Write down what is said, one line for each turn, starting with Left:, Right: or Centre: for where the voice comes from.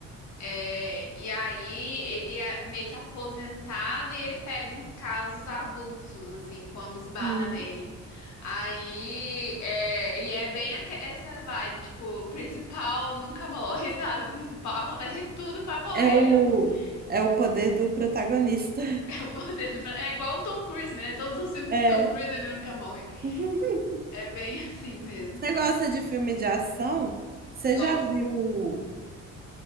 Left: É, e aí ele é meio que aposentado e ele pega uns casos avulsos, assim, quando esbarra
Right: Hum.
Left: nele. Aí, é, e é bem aque- essa vibe, tipo, o principal nunca <laughs> morre, sabe? O principal acontece de tudo, mas morrer
Right: É o,
Left: ele não morre. <laughs>
Right: é o poder do protagonista.
Left: É, o poder do- é igual o Tom Cruise, né? Todos os filmes
Right: É.
Left: do Tom Cruise
Right: <laughs>
Left: ele nunca morre.
Right: Você
Left: É bem <laughs> assim mesmo.
Right: gosta de filme de ação? Você
Left: Gosto.
Right: já viu?